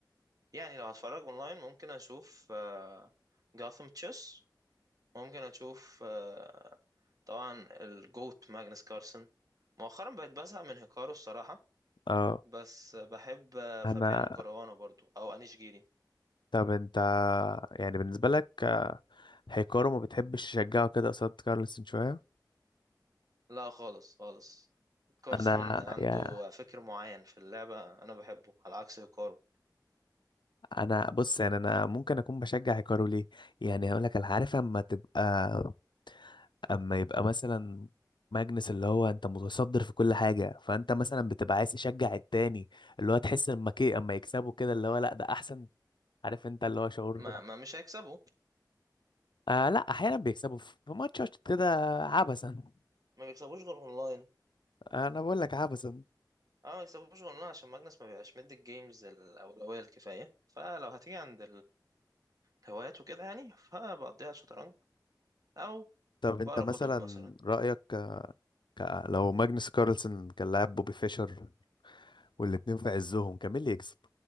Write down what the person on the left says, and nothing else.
اه
انا
طب انت يعني بالنسبه لك آه، هيكارو ما بتحبش تشجعه كده قصاد كارلسن شويه
انا
يا
انا بص يعني انا ممكن اكون بشجع هيكارو ليه يعني هقول لك انا عارف اما تبقى اما يبقى مثلا ماجنس اللي هو انت متصدر في كل حاجه فانت مثلا بتبقى عايز تشجع التاني اللي هو تحس اما كي اما يكسبوا كده اللي هو لا ده احسن عارف انت اللي هو شعور
آه لا احيانا بيكسبوا في في ماتشات كده عبثا
<laughs> انا بقول لك عبثا
طب انت
مثلا
رأيك ك... ك- لو ماجنس كارلسن كان لاعب بوبي فيشر والاتنين في عزهم كان مين اللي يكسب؟